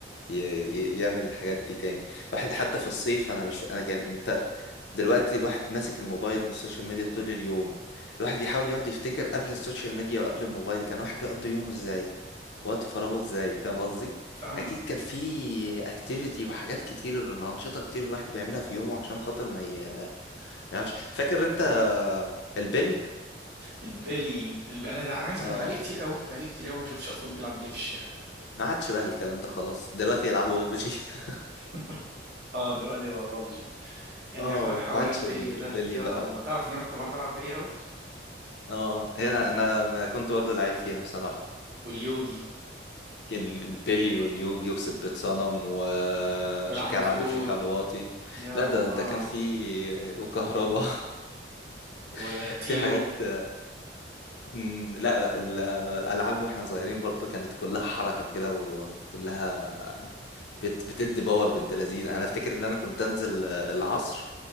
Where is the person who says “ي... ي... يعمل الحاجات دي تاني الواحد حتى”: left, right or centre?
Left